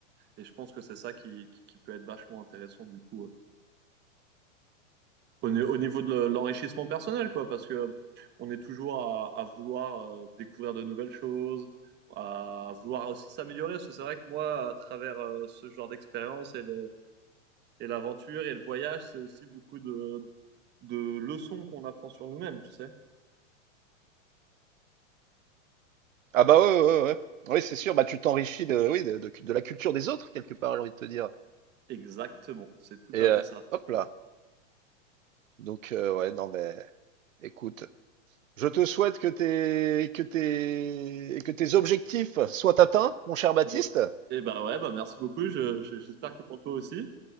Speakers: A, on the right; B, on the right.
A: Et je pense que c'est ça qui, qui, qui peut être vachement intéressant du coup. euh, Au, ni- au niveau de le- l'enrichissement personnel, quoi, parce que euh, on est toujours à, à vouloir euh, découvrir de nouvelles choses, à vouloir aussi s'améliorer. Parce que c'est vrai que moi, à travers euh, ce genre d'expérience et le- et l'aventure et le voyage, c'est aussi beaucoup de, de leçons qu'on apprend sur nous-mêmes, tu sais.
B: Ah bah ouais, ouais, ouais. ouais. Oui, c'est sûr, bah tu t'enrichis de, oui, de, de- de la culture des autres, quelque part, j'ai envie de te dire.
A: Exactement, c'est tout
B: Et
A: à
B: euh,
A: fait ça.
B: hop là. Donc euh, ouais, non mais écoute, je te souhaite que tes que tes que tes objectifs soient atteints, mon cher Baptiste.
A: Ouais. Et bah ouais, bah merci beaucoup. Je- je- j'espère que pour toi aussi.